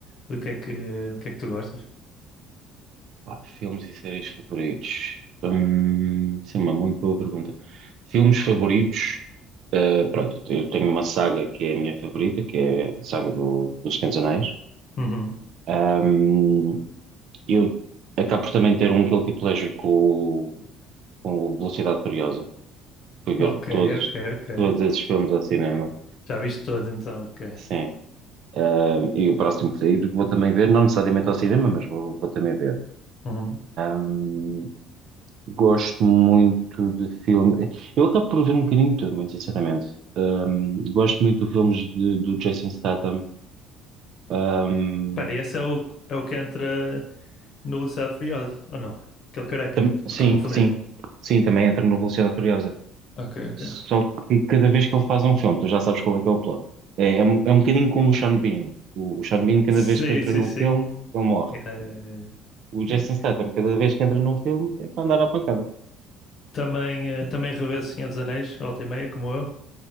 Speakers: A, on the left; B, on the right.
A: do que é que, do que é que tu gostas.
B: pá, filmes e séries favoritos. Hum, sim, uma muito boa pergunta. Filmes favoritos, eh, pronto, eu tenho uma saga que é a minha favorita, que é a saga do, dos Senhor dos Anéis.
A: Uhum.
B: Hum, eu acabo por também ter um guilty pleasure com, o- com o Velocidade Furiosa. Fui ver
A: Ok,
B: todos,
A: ok, ok.
B: todos esses filmes ao cinema.
A: Já viste todos então, ok.
B: Sim. Hum, e o próximo que sair vou também ver, não necessariamente ao cinema, mas vou, vou também ver.
A: Uhum.
B: Hum, Gosto muito de filme. Eu acabo por ver um bocadinho de tudo, muito sinceramente. Um, gosto muito de filmes de- do Jason Statham. Um,
A: Espera, e esse é o, é o que entra no Velocidade Furiosa, ou não? Aquele careca?
B: tam- sim,
A: Ou estou a confundir?
B: sim. Sim, também entra no Velocidade Furiosa.
A: Ok, ok.
B: Só que cada vez que ele faz um filme, tu já sabes qual é que é o plot. É, é, um é um bocadinho como o Sean Bean. O, o Sean Bean, cada
A: Sim,
B: vez que entra
A: sim,
B: num
A: sim.
B: filme, ele morre.
A: Eh,
B: O
A: yeah.
B: Jason Statham, cada vez que entra num filme, é para andar à pancada.
A: Também, eh, também revejo o Senhor dos Anéis, volta e meia, como eu,